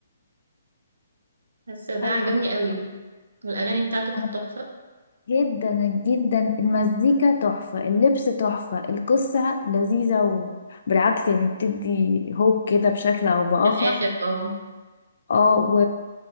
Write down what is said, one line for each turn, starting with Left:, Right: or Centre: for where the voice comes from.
Right: بس ده
Left: ايوه
Right: عجبني قوي والاغاني بتاعته كانت
Left: أنا
Right: تحفة
Left: جدا جدا المزيكا تحفة اللبس تحفة القصة لذيذة وبالعكس يعني بتدي هوب كده بشكل أو بآخر
Right: في الاخر اه
Left: اه و...